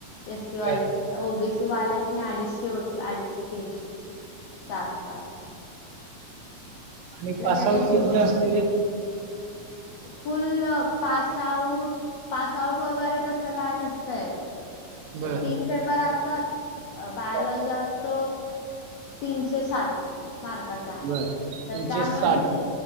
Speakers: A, on the left (about 80°); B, on the right (about 80°).
A: एस सी वालेस
B: बर
A: ती ओ बी सी वाल्यास अडीचशे होते अडीचशे तीनशे जास्त
B: आणि पासआउट
A: कॅटेगरी
B: कितीला असतेय ते
A: फुल पासआउट पास आउट वगैरे तस काय नसतय
B: बर
A: तीन पेपर अस बायलॉजी
B: हा,
A: असत तीनशे साठ मारकाचा
B: बर
A: तर
B: तीनशे
A: त्यामध्ये
B: साठ